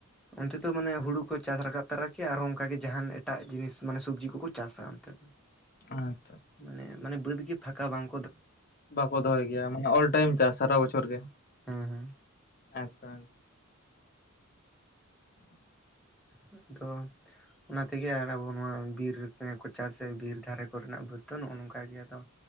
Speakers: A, in the centre; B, on the left (about 45°).
A: ᱚᱱᱛᱮ ᱫᱚ ᱢᱟᱱᱮ ᱦᱩᱲᱩ ᱠᱚ ᱪᱟᱥ ᱨᱟᱠᱟᱵ ᱛᱟᱨᱟ ᱠᱮᱭᱟ, ᱟᱨᱦᱚ ᱚᱱᱠᱟ ᱜᱮ ᱡᱟᱦᱟᱱ ᱮᱴᱟᱜ ᱡᱤᱱᱤᱥ ᱢᱟᱱᱮ ᱥᱚᱵᱽᱡᱤ ᱠᱚᱠᱚ ᱪᱟᱥᱟ ᱚᱱᱛᱮ ᱫᱚ ᱾
B: ᱟᱪᱪᱷᱟ,
A: ᱢᱟᱱᱮ, ᱢᱟᱱᱮ ᱵᱟᱹᱫᱽ ᱜᱮ ᱯᱷᱟᱸᱠᱟ ᱵᱟᱝ
B: ᱵᱟᱠᱚ ᱫᱚᱦᱚᱭ ᱜᱮᱭᱟ, ᱢᱟᱱᱮ ᱚᱞ ᱴᱟᱭᱤᱢ ᱪᱟᱥ ᱥᱟᱨᱟ ᱵᱚᱪᱷᱚᱨ ᱜᱮ᱾
A: ᱦᱮᱸ ᱦᱮᱸ
B: ᱮᱛᱚ <unintelligible> ᱟᱨ <inaudible> <inaudible>
A: ᱟᱫᱚ ᱚᱱᱟ ᱛᱮᱜᱮ ᱟᱨ ᱟᱵᱚ ᱱᱚᱣᱟ ᱵᱤᱨ ᱠᱚᱪᱟ ᱥᱮ, ᱵᱤᱨ ᱫᱷᱟᱨᱮ ᱠᱚᱨᱮᱱᱟᱜ ᱵᱟᱹᱫᱽ ᱫᱚ, ᱱᱚᱜᱼᱚ ᱱᱚᱝᱠᱟ ᱜᱮ ᱟᱫᱚ